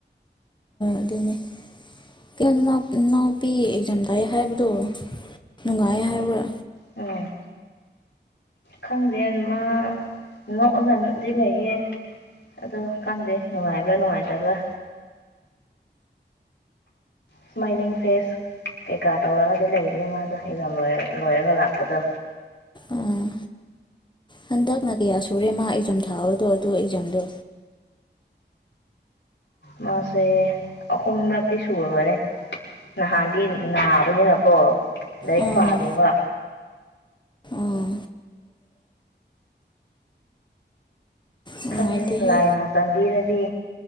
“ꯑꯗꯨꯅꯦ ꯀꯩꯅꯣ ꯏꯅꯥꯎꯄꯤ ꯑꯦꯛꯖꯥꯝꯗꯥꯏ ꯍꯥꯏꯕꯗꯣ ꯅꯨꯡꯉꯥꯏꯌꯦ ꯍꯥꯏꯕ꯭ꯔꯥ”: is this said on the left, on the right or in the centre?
Left